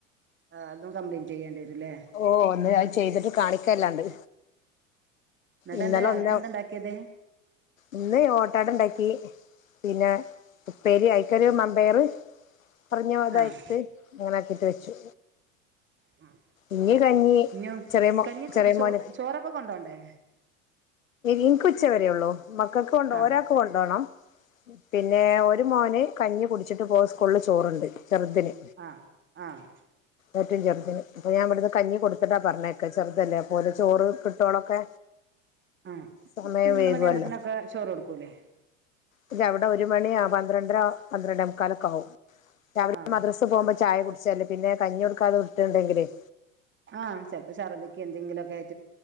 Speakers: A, on the right (about 30°); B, on the left (about 75°).
A: ആഹ് അതും കംപ്ലീറ്റെയ്യെണ്ടെരും ല്ലേ
B: ഓ ഇന്ന് അത് ചെയ്തിട്ട് കാണിക്കാല്ലാണ്ട്
A: എന്നിട്ട്
B: ഇന്നലെ
A: എന്താ രാവിലക്ക്
B: ഒന്നാ
A: എന്താ ഉണ്ടാക്കിയത്
B: ഇന്ന് ഓട്ടാടണ്ടാക്കി പിന്നെ ഉപ്പേരി ആയ്ക്കൊരു മമ്പയർ കുറഞ്ഞ പോലെ
A: ആഹ്
B: അയ്ത്തത് അങ്ങനെ ആക്കീട്ട് വെച്ചു
A: ഉം
B: ഇനി കഞ്ഞി
A: ഇഞ്ഞ്
B: ചെറിയ മോ
A: കഞ്ഞൊക്കവടെ
B: ചെറിയ
A: ചോ
B: മോന്
A: ചോറൊക്കെ കൊണ്ടോണ്ടേ
B: ഇൻക്ക് ഉച്ചവരേ ഉള്ളൂ മക്കക്ക് കൊണ്ട
A: ആഹ്
B: ഒരാക്ക് കൊണ്ടോണം പിന്നെ ഒരു മോന് കഞ്ഞി കുടിച്ചിട്ട് പോവും സ്കൂളില് ചോറ്ണ്ട് ചെറുതിന്
A: ആഹ് ആഹ്
B: ഏറ്റും ചെറുതിന് അപ്പൊ ഞാൻ ഇവട്ന്ന് കഞ്ഞി കൊടുത്തിട്ടാ പറഞ്ഞേക്കാ ചെറുതല്ലേ അപ്പോല ചോറ് കിട്ടോളൊക്കെ
A: ആഹ
B: സമയം
A: പത്രണ്ട്
B: വൈകുവല്ലോ
A: മണിയാവുമ്പോത്ത്നൊക്കെ ചോറ് കൊടുക്കൂലെ
B: ഇല്ല അവടെ ഒരു മണി പന്ത്രണ്ടര പന്ത്രണ്ടേമുക്കാലൊക്കെ ആവും രാവിലെ
A: ആഹ്
B: മദ്‌റസ് ക്ക് പോകുമ്പം ചായ കുടിച്ചല്ലേ പിന്നെ കഞ്ഞി കൊടുക്കാതെ വിട്ടീണ്ടെങ്കിലെയ്
A: ആഹ ചെൽപ്പം ഛർദ്ദിയ്ക്കോ എന്തെങ്കിലൊക്ക്യായി